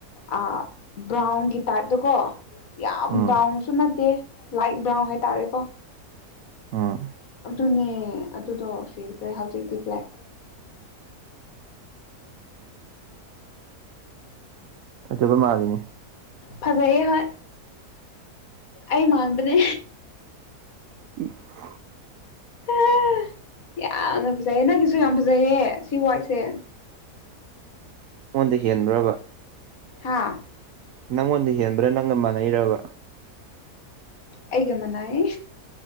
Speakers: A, on the left; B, on the right.
A: ꯑꯥ ꯕ꯭ꯔꯥꯎꯟꯒꯤ ꯇꯥꯏꯞꯇꯀꯣ ꯌꯥꯝ
B: ꯎꯝ
A: ꯕ꯭ꯔꯥꯎꯟ ꯁꯨ ꯅꯠꯇꯦ ꯂꯥꯏꯠ ꯕ꯭ꯔꯥꯎꯟ ꯍꯥꯏꯇꯥꯔꯦꯀꯣ
B: ꯑꯥ
A: ꯑꯗꯨꯅꯦ ꯑꯗꯨꯗꯣ ꯁꯤꯈꯔ‌ꯦ ꯍꯧꯖꯤꯛꯇꯤ ꯕ꯭ꯂꯦꯛ
B: ꯐꯖꯕ ꯃꯥꯜꯂꯤꯅꯦ
A: ꯐꯖꯩꯌꯦ ꯍꯣꯏ ꯑꯩ ꯃꯥꯟꯕꯅꯦ
B: <unintelligible>
A: <unintelligible> ꯌꯥꯝꯅ ꯐꯖꯩꯌꯦ ꯅꯪꯒꯤꯁꯨ ꯌꯥꯝ ꯐꯖꯩꯌ‌ꯦ ꯁꯤ ꯋꯥꯏꯁꯦ
B: ꯑꯩꯉꯣꯟꯗꯩ ꯍꯦꯟꯕ꯭ꯔꯕ
A: ꯍꯥꯥ
B: ꯅꯪꯉꯣꯟꯗ ꯍꯦꯟꯕ꯭ꯔꯥ ꯅꯪꯒ ꯃꯥꯟꯅꯩꯔꯕ
A: ꯑꯩꯒ ꯃꯅꯥꯏ